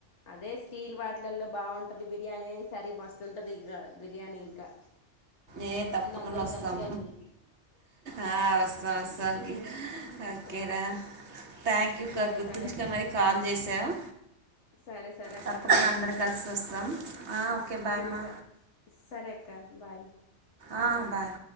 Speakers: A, on the left (about 80°); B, on the right (about 75°).
A: అదే స్టీల్ వాటిలల్లో బావుంటాది బిర్యానీ ఈ సారి మస్తు ఉంటది ఇంగ బిర్యానీ ఇంకా.
B: ఏ తప్పకుండా
A: అందరు
B: వస్తాం
A: కలిసి రండి
B: ఆహ్ వస్తాం వస్తాం తీ. ఓకే
A: ఆ
B: రా థాంక్యూ
A: సరే
B: గుర్తుంచుకొని
A: సరే అక్క
B: మరి కాల్ చేసావ్.
A: సరే సరే అక్క
B: తప్పకుండా
A: థ్యాంక్
B: అందర
A: యూ
B: కలిసి వస్తాం ఆహ్ ఓకే బాయ్
A: ఉమ్
B: మా.
A: స సరే అక్క బాయ్.
B: ఆహ్ బాయ్.